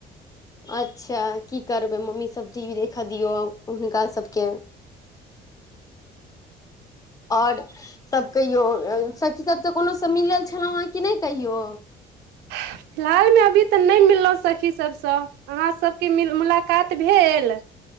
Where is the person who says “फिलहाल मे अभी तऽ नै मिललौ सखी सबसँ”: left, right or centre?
Right